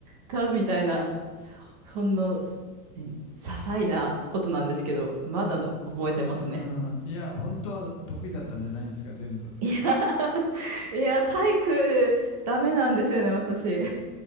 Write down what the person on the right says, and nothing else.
たみたいな、そ、そんな、ね些細なことなんですけど、まだの覚えてますね。
いや、<laughs> いや、体育ダメなんですよね、私。